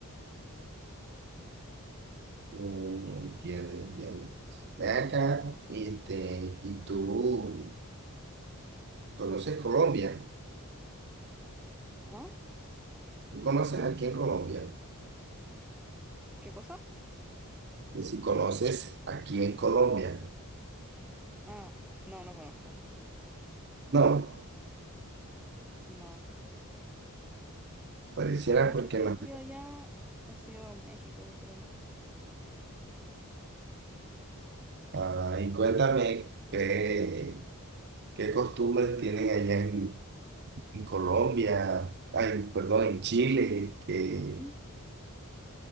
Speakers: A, on the right (about 50°); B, in the centre.
A: Mm, entiendo, entiendo. ve acá, este, y tú conoces Colombia.
B: ¿No?
A: ¿Tú conoces aquí en Colombia?
B: ¿Qué cosa?
A: Y si conoces aquí en Colombia.
B: Ah, no, no conozco.
A: No,
B: No.
A: pareciera
B: Lo más
A: porque
B: cerca
A: no.
B: que yo allá ha sido México, yo creo.
A: Ah, y cuéntame qué, qué costumbres tienen allá en, en Colombia, ay, perdón, en Chile, que,
B: <clears throat>